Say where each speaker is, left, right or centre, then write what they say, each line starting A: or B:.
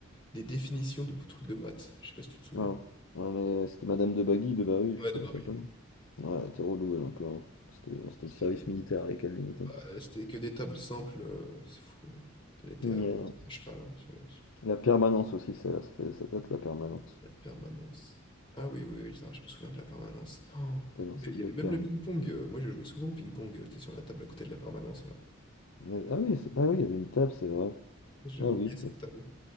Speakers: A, on the left (about 25°); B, on the left (about 80°).
A: des définitions de trucs de maths. Je sais pas si tu te souviens.
B: Non. Ouais, mais c'était Madame de Bagui, de Barry, je
A: Ouais,
B: sais plus
A: de
B: comment
A: Barry.
B: elle s'appelle.
A: ouais.
B: Ouais, elle était relou, elle, un peu, hein. C'était,
A: non,
B: c'était
A: C'était
B: le service
A: terrible.
B: militaire avec elle, limite, hein.
A: Bah, euh, c'était que des tables simples. euh, c'est fou. hein. Elle était
B: Hmm,
A: à, à
B: Ouais, ouais.
A: cheval hein, sur le,
B: La permanence aussi, ça, ça fait, ça date, la permanence.
A: La permanence. Ah oui, oui, oui, ça, je me souviens de la permanence. Oh,
B: T'es dans
A: mais
B: celle
A: il y avait
B: de perme.
A: même le ping-pong. euh, moi, je jouais souvent au ping-pong. euh, T'es sur la table à côté de la permanence, là.
B: Ouais, Ah oui, c'est- ah oui, il y avait une table, c'est vrai.
A: J'avais
B: Ah
A: oublié
B: oui,
A: cette table.